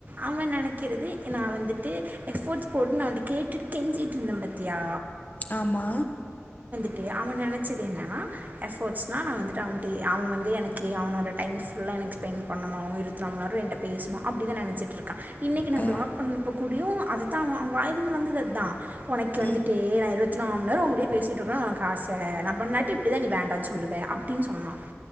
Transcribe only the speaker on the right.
அவன் நெனைக்கிறது நா வந்துட்டு எஃபர்ட்ஸ் போடுனு நா வன்ட்டு கேட்டுக்கே பென்சிட்டு ருந்தன் பாத்தியா
ட்டு அவன் நெனச்சது என்னானா எஃபர்ட்ஸ்னா நா வந்துட்டு அவன்ட்டு அவன் வந்து எனக்கு அவனோட டைம் ஃபுல்லா எனக்கு ஸ்பெண்ட் பண்ணுனும் ரொம்ப நேரோ என்ட்ட பேசுணு அப்டிதா நெனைச்சிட்ருக்கான் இன்னிக்கு நா
பிளாக் பண்ணப்பக்கூடியு அதுத்தா அவ் அவுங் வாயிலந்து வந்தது அதுதா உனக்கு வந்துட்டு
நா இருவத் நாம் நேரோ உங்குடயே பேசிட்ருக்குனு உனக்கு ஆச நா பண்ணாட்டு இப்டிதா நீ வேண்டான்னு சொல்லுவே அப்டின்னு சொன்னா